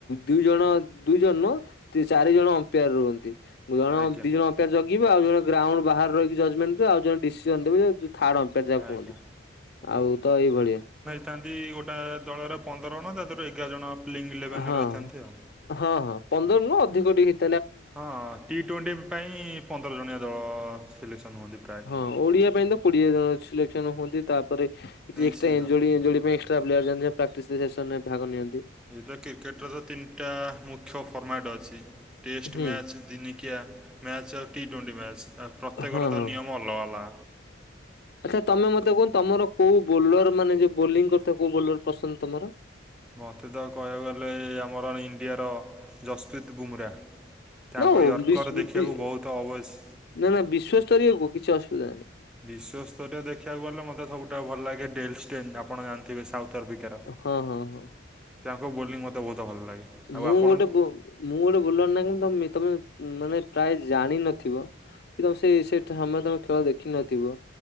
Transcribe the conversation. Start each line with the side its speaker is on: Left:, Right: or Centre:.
Left: ଦୁଇ ଜଣ ଦୁଇ ଜଣ ନୁହଁ ତି ଚାରି ଜଣ ଅମ୍ପେୟାର ରୁହନ୍ତି। ଜଣ
Centre: ଆଜ୍ଞା
Left: ଦି ଜଣ ଅମ୍ପେୟାର ଜଗିବେ, ଆଉ ଜଣେ ଗ୍ରାଉଣ୍ଡ ବାହାରେ ରହିିକି ଜଜମେଣ୍ଟ ଦେବେ, ଆଉ ଜଣେ ଡିସିସନ୍ ଦେବେ, ର୍ଥାଡ ଟା ଯାହାକୁ
Centre: ଆଜ୍ଞା।
Left: କୁହନ୍ତି ଆଉ ତ ଏଇଭଳିଆ।
Centre: ଥାନ୍ତି ଗୋଟେ ଦଳରେ ପନ୍ଦର ଜଣ ତା ଦେହରୁ ଏଗାର ଜଣ ପ୍ଲେଇଙ୍ଗ ଇଲେଭେନେ
Left: ହଁ
Centre: ରହିଥାନ୍ତି ଆଉ।
Left: ହଁ ହଁ ପନ୍ଦର ନୁ ଅଧିକ ଟିକେ ହେଇ
Centre: ହଁ ଟି ଟ୍ୱେଣ୍ଟି ପାଇଁ ପନ୍ଦର ଜଣିଆ ଦଳ ସିଲେକ୍ସନ୍ ହୁଅନ୍ତି ପ୍ରାୟେ।
Left: ହଁ ଓଡିଆ ପାଇଁ ତ କୋଡିଏ ଜଣ ସିଲେକ୍ସନ ହୁଅନ୍ତି ତାପରେ କିଛି
Centre: ନିଶ୍ଚିନ୍ତ।
Left: ଏକ୍ସଟ୍ରା ଏଞ୍ଜଡି ଏଞ୍ଜଡି ପାଇଁ। ତ ପିଲା ଅଛନ୍ତି ପ୍ରାକ୍ଟିସ ସେସନରେ ଭାଗ ନିଅନ୍ତି।
Centre: ଏଇ ତ କ୍ରିକେଟ୍ର ର ତିନିଟା ମୁଖ୍ୟ ଫର୍ମାଟ ଅଛି। ଟେଷ୍ଟ
Left: ହୁଁ
Centre: ମ୍ୟାଚ୍, ଦିନିକିଆ ମ୍ୟାଚ୍, ଆଉ ଟି ଟୋଣ୍ଟି ମ୍ୟାଚ୍, ପ୍ରତ୍ୟେକର
Left: ହଁ ହଁ
Centre: ତ ନିୟମ ଅଲଗା, ଅଲଗା
Left: ଆଚ୍ଛା ତମେ ମତେ କୁହ, ତମର କୋଉ ବୋଲର ମାନେ ଯୋଉ ବୋଲିଂ କରିୁ ଥିବ କୋଉ ବୋଲର ପସନ୍ଦ ତମର?
Centre: ମୋତେ ତ କହିବାକୁ ଗଲେ ଆମର ଇଣ୍ଡିଆର ଯସ୍ପ୍ରୀତ ବୁମ୍ରା। ତାଙ୍କ
Left: ନୋ
Centre: ୟର୍କର
Left: ବିଶ୍ ବି
Centre: ଦେଖିବାକୁ
Left: ବି
Centre: ବୋହୁତ୍ ଅବଶ୍।
Left: ନା ନା ବିଶ୍ୱସ୍ତରୀୟ କୁ କିଛି ଅସୁବିଧା ନାହିଁ।
Centre: ବିଶ୍ୱସ୍ତରୀୟ ଦେଖିବାକୁ ଗଲେ ମୋତେ ସବୁଠା ଭଲ ଲାଗେ ଡେଲ୍ ଷ୍ଟେନ୍ ଆପଣ ଜାଣିଥିବେ ସାଉଥ୍ ଆଫ୍ରିକା
Left: ହଁ ହଁ ହଁ।
Centre: ତାଙ୍କ ବୋଲିଂ ମତେ ବହୁତ ଭଲ ଲାଗେ। ଆଉ
Left: ମୁଁ
Centre: ଆପଣଙ୍କୁ
Left: ଗୋଟେ ବୁ-ମୁଁ ଗୋଟେ ବୁଲର୍ ନାକି ତମେ ମାନେ ପ୍ରାୟ ଜାଣିନଥିବ କି ତମେ ସେଇ ସେ ସମୟ ତମେ ଖେଳ ଦେଖିନଥିବ